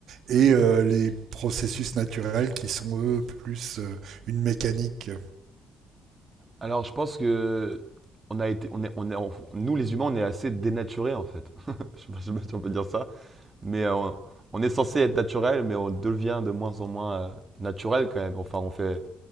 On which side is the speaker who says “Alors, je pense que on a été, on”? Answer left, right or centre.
Right